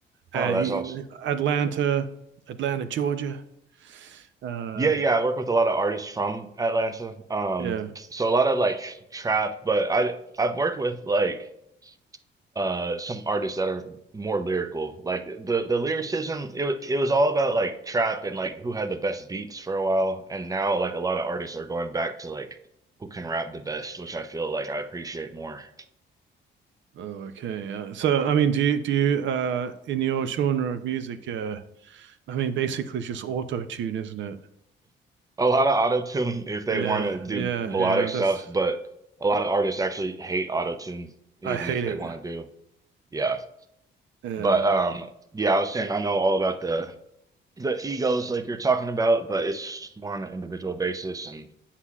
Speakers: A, on the right; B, on the right.
A: Oh,
B: uh,
A: that's awesome.
B: Atlanta, Atlanta, Georgia. Uh,
A: Yeah, yeah, I work with a lot of artists from Atlanta. Um,
B: yeah.
A: so a lot of like trap, but I I've worked with like uh some artists that are more lyrical. Like the the lyricism, it wa- it was all about like trap and like who had the best beats for a while, and now like a lot of artists are going back to like who can rap the best, which I feel like I appreciate more. <laughs>
B: Oh, okay. Uh, so, I mean, do you, do you, uh, in your genre of music, uh, I mean, basically it's just auto tune, isn't it?
A: A lot of auto-tune if they
B: Yeah,
A: want to do
B: yeah,
A: melodic
B: yeah.
A: stuff,
B: That's
A: but a lot of artists actually hate auto-tune even
B: I hate
A: if they
B: it.
A: want to do. Yeah.
B: Yeah,
A: But um yeah, I was saying I know all about the the egos like you're talking about, but it's more on an individual basis and